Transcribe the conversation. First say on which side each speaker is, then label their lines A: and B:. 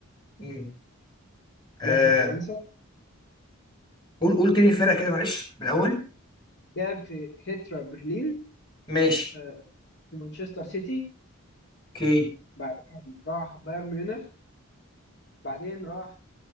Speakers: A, on the left; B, on the left.
A: مم. آه...
B: لعب في فرنسا
A: قول قول تاني الفرق كده معلش من الاول
B: لعب في هيترا برلين
A: ماشي
B: آه في مانشستر سيتي
A: اوكي
B: بعدين راح بايرن ميونخ بعدين راح